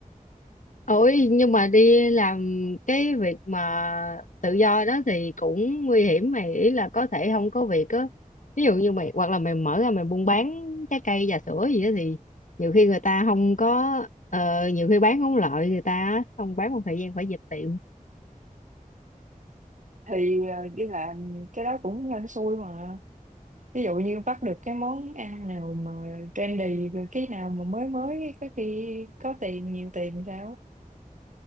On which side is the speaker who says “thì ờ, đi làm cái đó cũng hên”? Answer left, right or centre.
Right